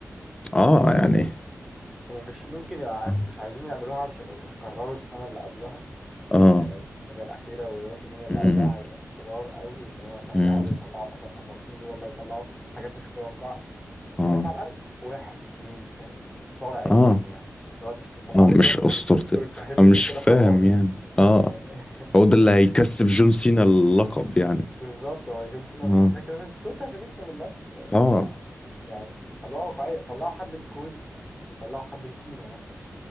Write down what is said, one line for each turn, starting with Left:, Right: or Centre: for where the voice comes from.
Centre: يعني
Left: اه
Centre: أكيد
Left: يعني
Centre: هما مش ممكن يبقى
Left: اه
Centre: مش عايزين يعملوها علشان ما يبقوش كرروا السنة اللي قبلها
Left: آه.
Centre: يعني راس المنيا الأخيرة وراس المنيا اللي
Left: مم.
Centre: قبلها هيبقى تكرار قوي إن هو مثلا
Left: مم.
Centre: يقعدوا يطلعوا مثلا أساطير والله يطلعوا حاجات مش متوقعة
Left: اه
Centre: بس على الأقل واحد اتنين فاهم مصارع اتنين
Left: اه
Centre: يعني مش تطلع مش تطلع
Left: اه
Centre: لي ترافيس
Left: مش اسطورتي
Centre: سكوت وتفهمني
Left: انا
Centre: إن
Left: مش
Centre: كده
Left: فاهم
Centre: خلاص
Left: يعني اه
Centre: يعني <laughs>
Left: هو ده اللي هيكسب جون سينا اللقب يعني
Centre: بالظبط هو جون سينا
Left: اه
Centre: مش محتاج ترافيس سكوت عشان يكسب اللقب يعني
Left: اه
Centre: ما- يعني طلعوا واقعية طلعوا حد لكودي وطلعوا حد لسينا مثلا